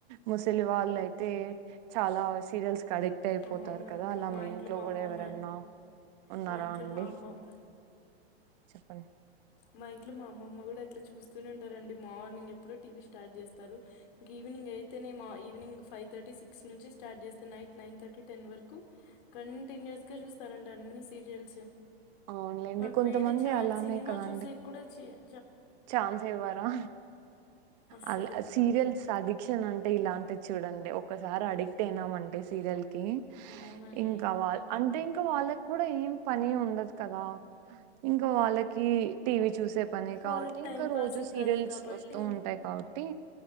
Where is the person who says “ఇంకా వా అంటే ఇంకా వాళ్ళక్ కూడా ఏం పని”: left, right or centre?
Right